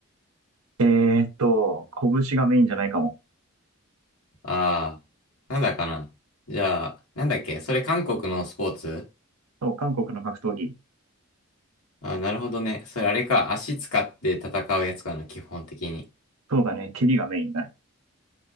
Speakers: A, on the right (about 90°); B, on the left (about 85°).
A: えーっと、拳がメインじゃないかも。
B: あー、なんだかな。じゃあ、なんだっけそれ韓国のスポーツ
A: そう、韓国の格闘技。
B: あー、なるほどね。それあれか。足使って戦うやつかな、基本的に。
A: そうだね。蹴りがメインだね。